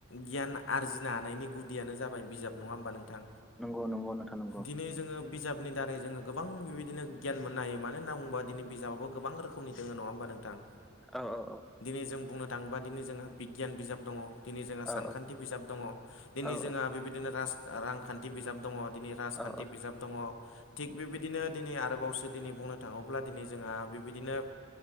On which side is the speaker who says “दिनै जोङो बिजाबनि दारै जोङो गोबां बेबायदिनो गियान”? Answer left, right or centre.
Left